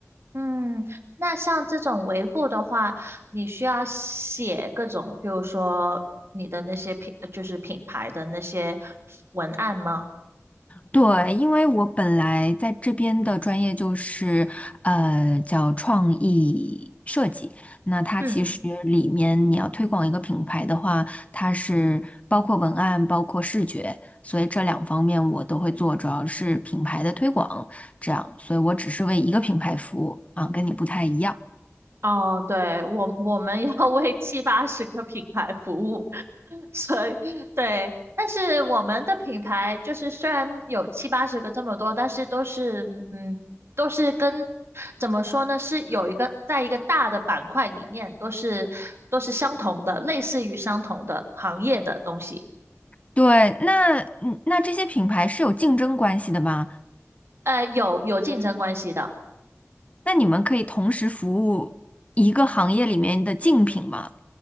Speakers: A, on the right; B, on the left.
A: 嗯，那像这种维护的话，你需要写各种，比如说你的那些品，就是品牌的那些文案吗？
B: 对，因为我本来在这边的专业就是呃叫创意设计，那它其实里面你要推广一个品牌的话，
A: 嗯。
B: 它是包括文案，包括视觉，所以这两方面我都会做，主要是品牌的推广，这样，所以我只是为一个品牌服务啊，跟你不太一样。
A: 哦，对，我我们要 <laughs> 为七八十个品牌服务，<laughs> 所以对，但是我们的品牌就是虽然有七八十个这么多，但是都是嗯，都是跟怎么说呢，是有一个在一个大的板块里面，都是都是相同的，类似于相同的行业的东西，
B: 对，那嗯那这些品牌是有竞争关系的吗？
A: 呃，有有竞争关系的。
B: 那你们可以同时服务一个行业里面的竞品吗？